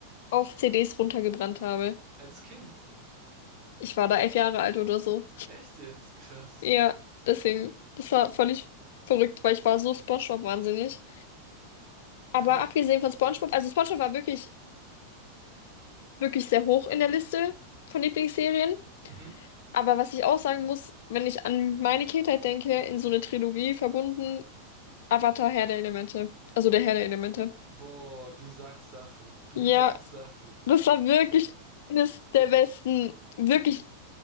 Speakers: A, on the left; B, on the right.
A: auf CDs runtergebrannt habe.
B: Als Kind.
A: Ich war da elf Jahre alt oder so.
B: Echt jetzt? Krass.
A: Ja, deswegen, das war völlig verrückt, weil ich war so SpongeBob wahnsinnig. Aber
B: Nick,
A: abgesehen von SpongeBob, also SpongeBob war wirklich, wirklich sehr hoch in der Liste von Lieblingsserien.
B: mhm.
A: Aber was ich auch sagen muss, wenn ich an meine Kindheit denke, in so eine Trilogie verbunden, Avatar, Herr der Elemente. Also der Herr der Elemente.
B: Boah, du sagst Sachen. Du
A: Ja,
B: sagst Sachen.
A: das war wirklich eines der besten, wirklich